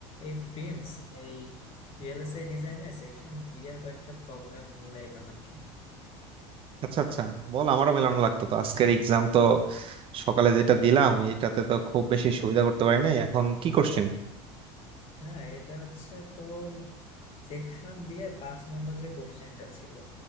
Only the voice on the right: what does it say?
আচ্ছা আচ্ছা বল আমারও মেলানো লাগতো তো আজকের এক্সাম তো সকালে যেটা দিলাম এইটাতে তো খুব বেশি সুবিধা করতে পারি নাই এখন কি কোশ্চেন